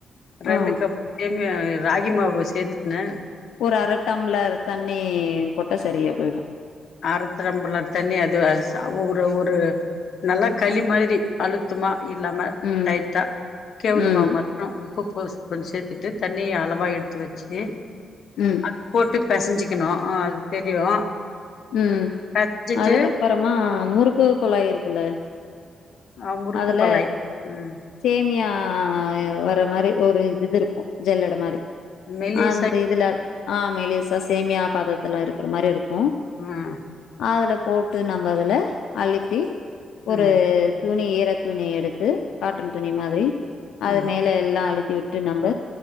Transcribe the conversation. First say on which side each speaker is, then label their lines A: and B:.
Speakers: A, on the left (about 60°); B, on the left (about 85°).
A: ரெண்டு
B: ஆ
A: கப் ராகி மாவு சேத்துக்குன்னு
B: ஒரு அர டம்ளர் தண்ணி கொ சரியா போயிடு
A: அர தம்ளர் தண்ணி அது அது ச ஒரு ஒரு நல்லா களி மாரி அழுத்தமா இல்லாம
B: ம்
A: டைட்டா கெவுரு
B: ம்
A: மாவு மத்ர உப்பு கொ கொஞ்சோ சேத்துட்டு தண்ணியை அளவா எடுத்து வச்சி
B: ம்
A: அது போட்டு பெசஞ்சிக்கணு அது தெரியு
B: உம்
A: பெசஞ்சிட்டு
B: அதுக்கப்பறமா முறுக்கு குழாய் இருக்குல
A: ஆ முறுக்கு
B: அதுல
A: கொழாய் ம்
B: சேமியா ஆ வர மாரி ஒரு இது இருக்கு ஜல்லடை மாரி
A: மெலிசா
B: அந்த இதுல ஆ மெலிசா சேமியா பதத்துல இருக்குற மாரி இருக்கு
A: ம்
B: அதுல போட்டு நம்ம அதுல அழுத்தி ஒரு
A: ம்
B: துணி ஈரத்துணி எடுத்து காட்டன் துணி மாதிரி
A: ம்
B: அது மேல எல்லா அழு விட்டு நம்ப